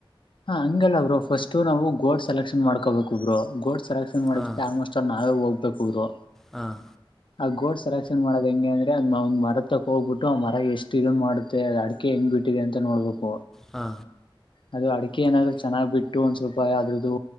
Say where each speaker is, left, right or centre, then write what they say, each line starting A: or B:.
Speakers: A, on the left; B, in the centre.
A: ಹಾ ಹಂಗಲ್ಲಬ್್ರರು ಫಸ್ಟ್ು ನಾವು ಗೋಲ್ಡ್ ಸೆಲೆಕ್ಷನ್ ಮಾಡ್ಕೋಬೇಕುಬ್ರು ಗೋಡ್ಸ್ ಸೆಲೆಕ್ಷನ್ ಮಾಡದಕ್ಕೆ
B: ಹಾಂ
A: ಆಲ್ಮೋಸ್ಟ್ ನಾವೇ ಹೋಗ್ಬೇಕ್ರು
B: ಹಾಂ
A: ಆ ಗೋಡ್ಸ್ ಸಲೆಕ್ಷನ್ ಮಾಡದ ಹ ಹೆಂಗೆಂದ್ರೆ ಒಂದ ಮರ ತ ಹೋಗ್ಬಿಟ್ಟು ಆ ಮರ ಎಷ್ಟ ಇದು ಮಾಡುತ್ತೆ ಅಡೆ ಹೆಂಗ ಬಿಟ್ಟಿದೆ ಅಂತ ನ ರಪ
B: ಹಾ
A: ಅದು ಅಡ ಅಕೆ ಏನಾದ್ರು ಚೆನ್ನಾಗಿ ಬಿಟ್ಟು ಒಂದ್ ಸ್ವಲ್ಪ ಯದ್ದು